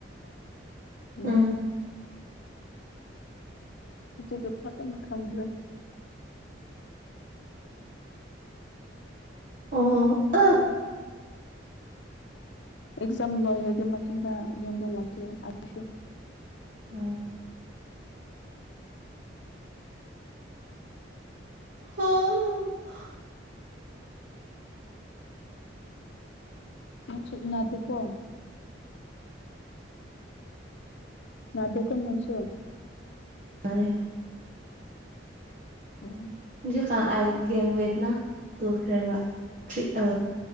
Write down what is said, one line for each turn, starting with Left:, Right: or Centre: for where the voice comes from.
Right: ꯎꯝ
Left: <unintelligible> ꯍꯧꯖꯤꯛꯇꯤ ꯐꯖꯅ ꯈꯪꯈ꯭ꯔꯦ
Right: ꯑꯣ ꯍꫭ <unintelligible>
Left: ꯑꯦꯛꯖꯥꯝ ꯂꯣꯏꯔꯗꯤ ꯃꯇꯨꯡꯗ ꯌꯨꯝꯗ ꯂꯥꯛꯀꯦ ꯑꯗꯨꯁꯨ
Right: ꯑ <unintelligible>
Left: <unintelligible> ꯅꯥꯗꯦꯀꫭ ꯅꯪꯁꯨ
Right: ꯅꯥꯗꯦ
Left: ꯎꯝ
Right: ꯍꯧꯖꯤꯛꯀꯥꯟ <unintelligible> ꯇꯨꯈ꯭ꯔꯦꯕ <unintelligible>